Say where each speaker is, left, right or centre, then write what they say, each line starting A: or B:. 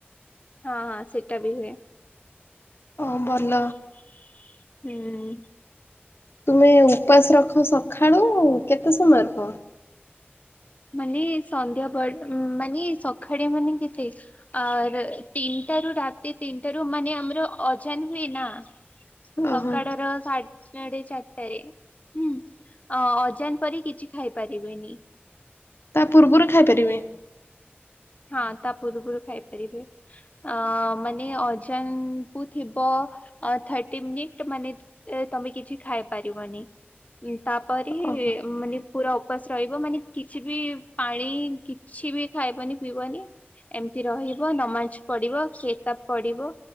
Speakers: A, on the left; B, on the left.
A: ହଁ ହଁ ସେଇଟା ବି ହୁଏ।
B: ଓ ଭଲ।
A: ହୁଁ।
B: ତୁମେ ଉପାସ ରଖ ସକାଳୁ କେତେ ସମୟ ରଖ।
A: ମାନେ ସନ୍ଧ୍ୟା ବ ମାନେ ସକାଳେ ମାନେ କେତେ ଆର ତିନ ତିନିଟାରୁ ରାତି ତିନିଟାରୁ ମାନେ ଆମର ଅଜାନ ହୁଏ ନା ସକାଳ
B: ଓହୋ।
A: ର ସା ସାଢେ ଚାରିଟାରେ ହୁଁ ଅଜାନ ପରି କିଛି ଖାଇପାରିବେନି।
B: ତା ପୂର୍ବରୁ ଖାଇପାରିବେ।
A: ହଁ ତା ପୂର୍ବରୁ ଖାଇପାରିବେ ଆ ମାନେ ଅଜାନ୍ କୁ ଥିବ ଅ ଥାର୍ଟୀ ମିନିଟ୍ ମନେ ଏ ତମେ କିଛି ଝାଇପାରିବନି ଉଁ ତାପରେ
B: ଓହୋ।
A: ମାନେ ପୁରା ଉପାସ ରହିବ ମାନେ କିଛି ବି ପାଣି କିଛି ବି ଖାଇବନି ପିଇବନି ଏମତି ରହିବ ନମାଜ ପଢିବ କେତାବ ପଢିବ